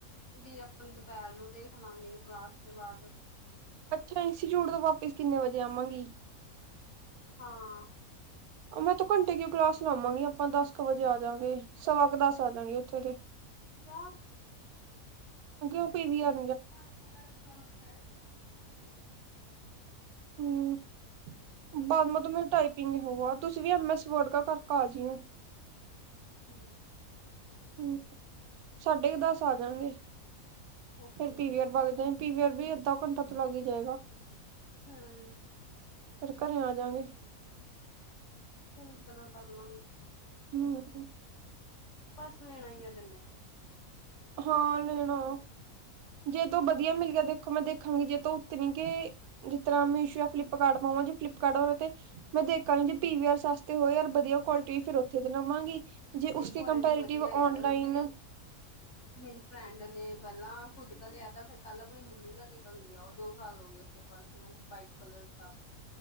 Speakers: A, on the left; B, on the right.
A: ਵੀ ਆਪਾਂ ਦੁਪਹਿਰ ਨੂੰ ਦੇਖ ਲਵਗੇ ਕਲਾਸ ਤੋਂ ਬਾਅਦ
B: ਅੱਛਾ ਇੰਸਟੀਚਿਊਟ ਤੋਂ ਵਾਪਿਸ ਕਿਨੇ ਵਜੇ ਆਵਾਂਗੀ
A: ਹਾਂ
B: ਮੈਂ ਤੋਂ ਘੰਟੇ ਕੀ ਕਲਾਸ ਲਾਵਾਂਗੀ ਆਪਾਂ ਦਸ ਕੁ ਵਜੇ ਆਜਗੇ ਸਵਾ ਕੁ ਦੱਸ ਆ ਜਾਗੇ ਉੱਥੇ ਦੇ
A: ਕਿਆ
B: ਕਿਂ ਪੀ ਵੀਾਰ
A: ਘਰ ਵੀ ਨੀ ਰੱਖਣਾ ਬੇ
B: ਹਮ ਬਾਦ ਮ ਮੇ ਟਾਈਪਿੰਗ ਹੋ ਤੁਸੀਂ ਵੀ ਐਮ ਐਸ ਵਰਡਗਾ ਕਰਕੇ ਆ ਜਿਓ
A: ਠੀਕ
B: ਹਮ ਸਾਢੇ ਕੁ ਦੱਸ ਆ ਜਾਗੇ
A: ਓਕੇ
B: ਫੇਰ ਪੀ ਵੀ ਆਰ ਬਾਗ ਜਾ ਰ ਵੀ ਅੱਧਾ ਘੰਟਾ ਤੋਂ ਲੱਗ ਜਾਏਗਾ
A: ਹੂੰ
B: ਫਿਰ ਘਰੇ ਆ ਜਾਂਗੇ।
A: ਮਤ ਨਾ ਕਰ ਲਾਂ <unintelligible>
B: ਹਮ
A: ਪਰਸ ਦੇਣਾ ਹੀਈ ਆ ਤਨੇ <unintelligible>
B: ਹਾਂ ਲੈਣਾ। ਜੇ ਤੋਂ ਵਧੀਆ
A: ਚੱਲ
B: ਮਿਲ ਗਿਆ ਦੇਖੋ ਮੈਂ ਦੇਖਾਂਗੀ ਜੇ ਤ ਉਤਣੀ ਕਿ, ਜਿਸ ਤਰ੍ਹਾਂ ਮੀਸ਼ੋ ਜਾਂ, ਫਲਿੱਪਕਾਰਟ ਪਾਵਾਂ ਜੇ ਫਲਿੱਪਕਾਰਟ ਤੇ, ਮੈਂ ਦੇਖਾਂਗੀ ਜੇ ਪੀ-ਵੀੀ-ਆਰ ਸਸਤੇ ਹੋਏ ਯਾਰ ਵਧੀਆ ਕੁਆਲਿਟੀ ਫਿਰ ਉੱਥੇ ਤੇ ਲਵਾਂਗੀ ਜੇ
A: ਨਹੀਂ
B: ਉਸਕੇ
A: ਕੁਆਲਿਟੀ
B: ਕੰਪੈਰੇਟਿਵ
A: ਵਧੀਆ
B: ਔਨਲਾਈਨ
A: ਯਾਰ, ਮੇਰੀ ਮੇਰੀ ਫਰੈਂਡ ਨੇ ਪਹਿਲਾਂ, ਖੁਦ ਕ ਲਿਆ ਤਾਂ, ਫੇਿਰ ਕੱਲ ਆਪਣੀ ਮੰਮੀ ਕ ਲੈ ਕੇ ਗਈ ਆ, ਉਹ ਦੋ ਸਾਲ ਹੋ ਗਏ। ਪਰਸ ਵਾਈਟ ਕਲਰ ਕਾ